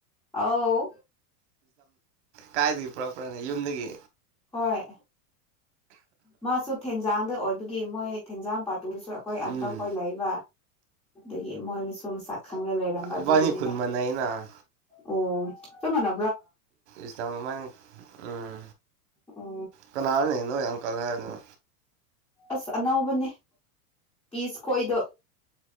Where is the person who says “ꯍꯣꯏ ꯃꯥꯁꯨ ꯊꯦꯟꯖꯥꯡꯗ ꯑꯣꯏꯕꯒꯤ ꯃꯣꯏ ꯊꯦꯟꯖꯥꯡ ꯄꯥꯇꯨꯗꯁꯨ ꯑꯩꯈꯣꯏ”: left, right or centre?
Centre